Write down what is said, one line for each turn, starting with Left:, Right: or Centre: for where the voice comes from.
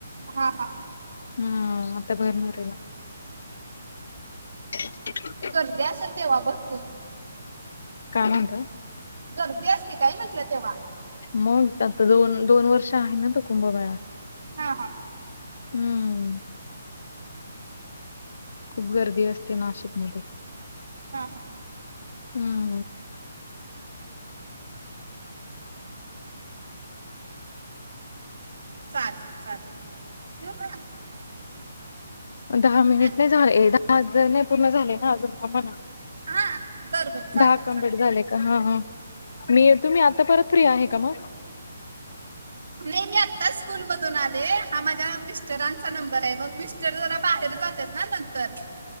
Right: हा, हा
Left: हम आता भरणारय, भरणारय <unintelligible>
Right: गर्दी असेल तेव्हा भरपूर
Left: का म्हणता
Right: गर्दी असती काय म्हटलं तेव्हा
Left: मग आता दोन, दोन वर्ष आहे ना तो कुंभमेळा
Right: हा, हा
Left: हम्म खूप गर्दी असते नाशिकमध्ये
Right: हा, हा
Left: हम्म
Right: चालेल, चालेल <unintelligible>
Left: दहा मिनिट
Right: अ-
Left: नाही झाले ये दहा नाही पूर्ण झाले ना अजून बघा ना
Right: हा बरं बरं चालेल
Left: दहा कमप्लीट
Right: चालेल
Left: झाले का हा, हा मी तुम्ही आता परत फ्री आहे का मग
Right: नाई मी आत्ताच स्कूल मधून आले हा माझ्या मिस्टरांचा नंबर आहे मग मी स्टर जरा बाहेर जातेत ना नंतर